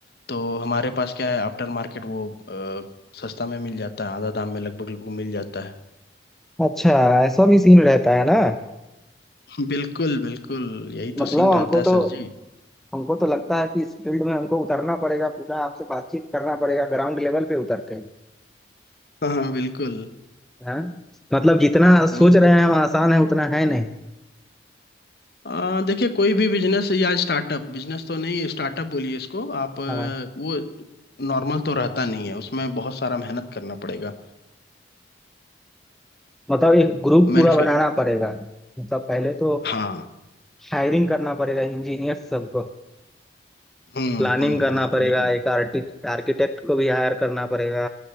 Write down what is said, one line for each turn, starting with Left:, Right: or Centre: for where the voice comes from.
Left: तो हमारे पास क्या है आफ्टर मार्केट वो अ, सस्ता में मिल जाता है आधा दाम में लगभग लगभग मिल जाता है
Centre: अच्छा ऐसा भी सीन रहता है ना
Left: <laughs> बिल्कुल बिल्कुल यही
Centre: मतलब
Left: तो सीन
Centre: हमको
Left: रहता है
Centre: तो
Left: सर जी
Centre: हमको तो लगता है कि इस फील्ड में हमको उतरना पड़ेगा पूरा आपसे बातचीत करना पड़ेगा ग्राउंड लेवल पे उतर के
Left: <laughs> हाँ हाँ, बिल्कुल
Centre: हाँ मतलब जितना सोच
Left: हम्म
Centre: रहे
Left: हम्म।
Centre: हैं हम आसान है उतना है नहीं
Left: आ, देखिए कोई भी बिजनेस या स्टार्टअप बिजनेस तो नहीं स्टार्टअप बोलिए इसको आप आ,
Centre: हाँ
Left: वो नॉर्मल तो रहता नहीं है उसमें बहुत सारा मेहनत करना पड़ेगा
Centre: मतलब एक ग्रुप पूरा
Left: मैन्युफैक्ट
Centre: बनाना पड़ेगा मतलब पहले तो
Left: हाँ
Centre: हायरिंग करना पड़ेगा इंजीनियर सबको
Left: हम्म
Centre: प्लानिंग
Left: हम्म
Centre: करना
Left: हम्म
Centre: पड़ेगा
Left: बिल्कुल
Centre: एक आर्किटेक्ट को भी हायर करना पड़ेगा